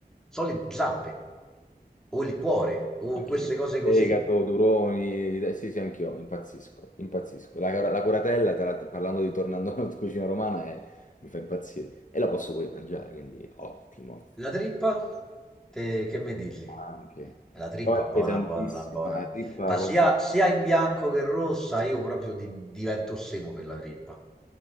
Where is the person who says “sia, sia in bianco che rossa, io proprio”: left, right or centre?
Centre